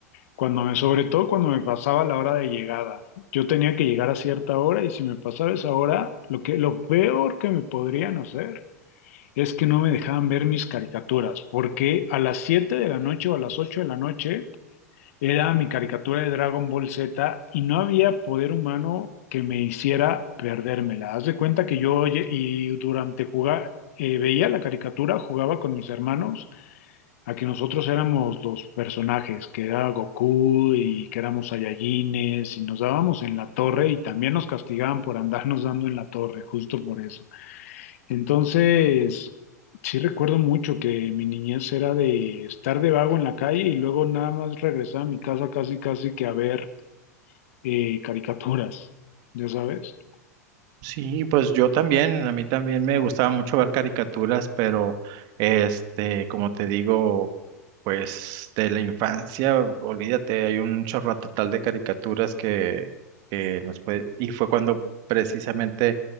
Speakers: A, on the left (about 60°); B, on the right (about 50°).
A: Cuando me, sobre todo cuando me pasaba la hora de llegada. Yo tenía que llegar a cierta hora y si me pasaba esa hora, lo que, lo peor que me podrían hacer. es que no me dejaban ver mis caricaturas, porque a las 7 de la noche o a las 8 de la noche era mi caricatura de Dragon Ball Z y no había poder humano que me hiciera perdérmela. Haz de cuenta que yo oye, y durante jugar eh, veía la caricatura, jugaba con mis hermanos, a que nosotros éramos los personajes, que era Goku y que éramos Saiyajines y nos dábamos en la torre y también nos castigaban por andarnos dando en la torre, justo por eso. Entonces, sí recuerdo mucho que mi niñez era de estar de vago en la calle y luego nada más regresar a mi casa casi casi que a ver eh, caricaturas, ya sabes.
B: Sí, pues yo también, a mí también me gustaba mucho ver caricaturas, pero este, como te digo, pues de la infancia, olvídate, hay un chorro total de caricaturas que, que nos puede, y fue cuando precisamente